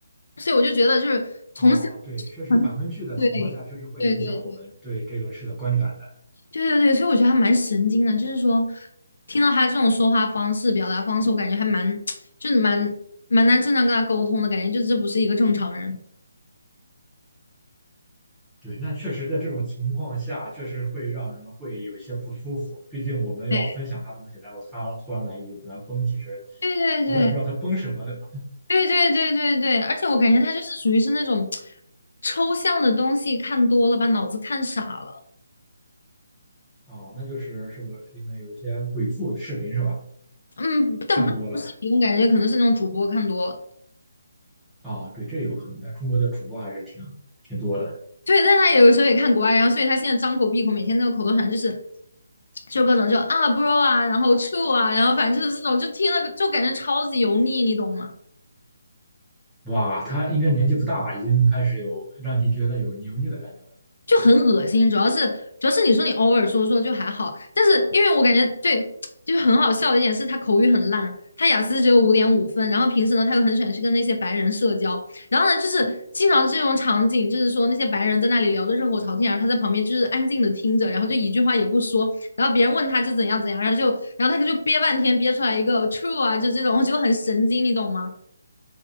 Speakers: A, on the left; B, in the centre.
A: 所以我就觉得就是从小
B: 哦，对，确实反问句的情况下，
A: 很对
B: 确实会影响我们对这个事的观感的。
A: 对对对对对对，所以我觉得还蛮神经的，就是说听到他这种说话方式、表达方式，我感觉还蛮 <tsk> 就是蛮蛮难正常跟他沟通的感觉，就这不是一个正常人。
B: 对，那确实在这种情况下，确实会让人会有一些不舒服。毕竟我们要分享他东西，
A: 对
B: 然后他突然来一句“咱崩”，其实
A: 对对对
B: 我也不知道他崩什么，对吧？
A: 对对对对对，而且我感觉他就是属于是那种 <tsk> 抽象的东西看多了，把脑子看傻了。
B: 哦，那就是是不是因为有一些鬼畜视频是吧？
A: 嗯，但不不是迷，
B: 看多了
A: 我感觉可能是那种主播看多，了，
B: 啊，对，这有可能的。中国的主播还是挺挺多的。
A: 对，但他有的时候也看国外，然后所以他现在张口闭口每天那个口头禅就是就各种就啊 bro 啊，然后 true 啊，然后反正就是这种，就听了就感觉超级油腻，你懂吗？
B: 哇，他应该年纪不大吧？已经开始有让你觉得有油腻的感觉了。
A: 就很恶心，主要是主要是你说你偶尔说说就还好，但是因为我感觉对，就是很好笑的一点是他口语很烂，他雅思只有五点五分，然后平时呢他又很喜欢去跟那些白人社交，然后呢就是经常这种场景，就是说那些白人在那里聊得热火朝天，然后他在旁边就是安静的听着，然后就一句话也不说，然后别人问他就怎样怎样，然后就然后他就憋半天憋出来一个 true 啊，就这种，我觉得很神经，你懂吗？